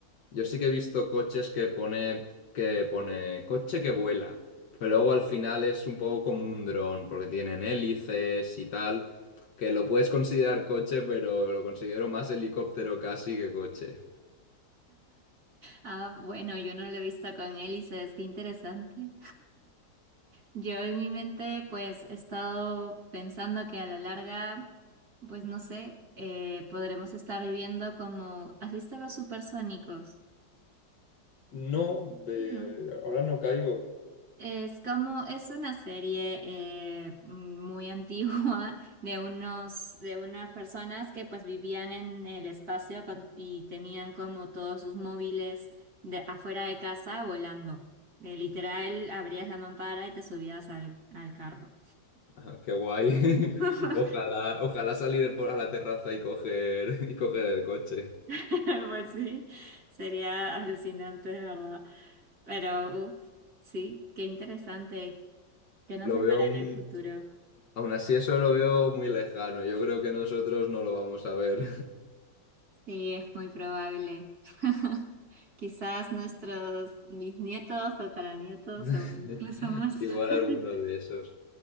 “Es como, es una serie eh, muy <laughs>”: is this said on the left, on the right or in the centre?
Right